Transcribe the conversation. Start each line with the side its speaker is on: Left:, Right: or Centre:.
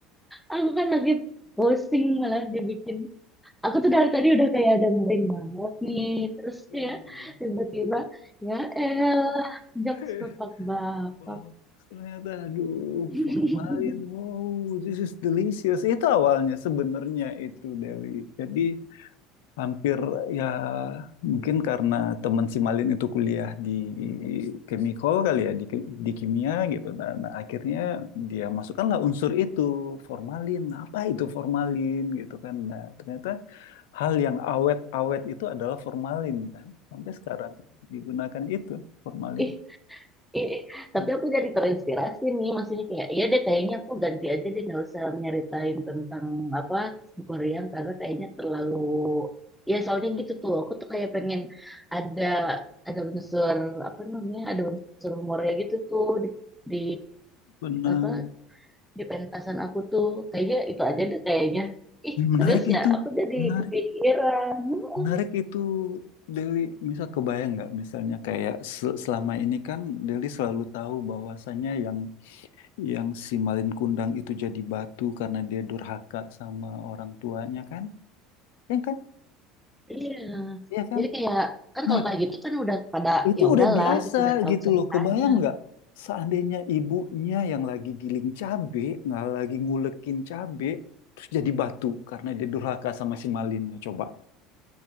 Centre: aku kan lagi posting malah dibikin aku tuh dari tadi udah kayak dengerin banget nih. Terus
Left: Iya.
Centre: kayak tiba-tiba, ya elah, jokes
Left: <laughs>
Centre: bapak-bapak.
Left: Wow, ternyata aduh
Centre: <laughs>
Left: formalin. Wow, this is delicious. Itu awalnya sebenarnya itu Deli. Jadi hampir ya mungkin karena teman si Malin itu kuliah di chemical kali ya di, di kimia gitu nah, nah, akhirnya dia masukkanlah unsur itu formalin apa itu formalin gitu kan nah ternyata hal yang awet-awet itu adalah formalin kan sampai sekarang digunakan itu formalin
Centre: Ih, ih, ih. tapi
Left: Hmm,
Centre: aku jadi terinspirasi nih. Maksudnya kayak, iya deh kayaknya aku ganti aja deh nggak usah nyeritain tentang apa Korean karena kayaknya terlalu ya soalnya gitu tuh aku tuh kayak pengen ada ada unsur apa namanya ada unsur humornya gitu tuh di, di
Left: benar
Centre: apa di pentasan aku tuh kayaknya itu aja deh kayaknya ih
Left: Ih, menarik
Centre: serius
Left: itu
Centre: ya aku jadi
Left: menarik
Centre: kepikiran Heeh.
Left: Menarik itu Deli bisa kebayang nggak misalnya kayak se- selama ini kan Deli selalu tahu bahwasannya yang yang si Malin Kundang itu jadi batu karena dia durhaka sama orang tuanya kan? Ya kan?
Centre: iya
Left: Iya kan?
Centre: jadi kayak kan kalau
Left: Nah,
Centre: kayak gitu kan udah pada
Left: itu
Centre: ya
Left: udah
Centre: udahlah
Left: biasa
Centre: gitu udah tahu
Left: gitu
Centre: ceritanya
Left: loh. Kebayang nggak seandainya ibunya yang lagi giling cabe, nggak lagi ngulekin cabe, terus jadi batu karena dia durhaka sama si Malinnya coba.